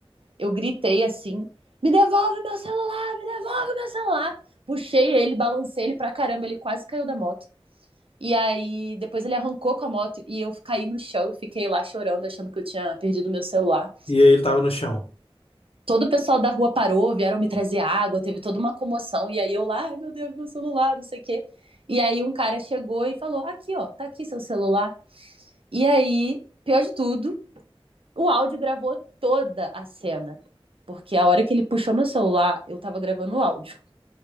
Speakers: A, on the right; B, on the left.
A: Eu gritei assim: "Me devolve meu celular, me devolve meu celular". Puxei ele, balancei ele pra caramba, ele quase caiu da moto. E aí depois ele arrancou com a moto e eu caí no chão e fiquei lá chorando, achando que eu tinha perdido meu celular.
B: E aí ele tava no chão.
A: Todo o pessoal da rua parou, vieram me trazer água, teve toda uma comoção e aí eu lá, ai meu Deus, meu celular, não sei o quê. E aí um cara chegou e falou: "Aqui, ó, tá aqui seu celular". E aí, pior de tudo, o áudio gravou toda a cena, porque a hora que ele puxou meu celular, eu tava gravando o áudio. <laughs>